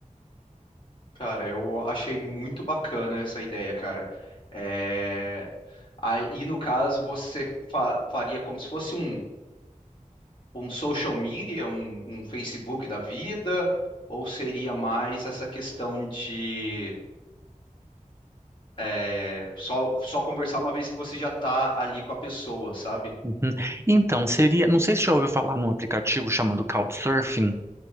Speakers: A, on the left; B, on the right.
A: Cara, eu achei muito bacana essa ideia, cara. É... Aí, no caso, você fa- faria como se fosse um, um social media, um, um Facebook da vida, ou seria mais essa questão de é, só, só conversar uma vez que você já tá ali com a pessoa, sabe?
B: Uhum. Então, seria, não sei se já ouviu falar num aplicativo chamado Couchsurfing.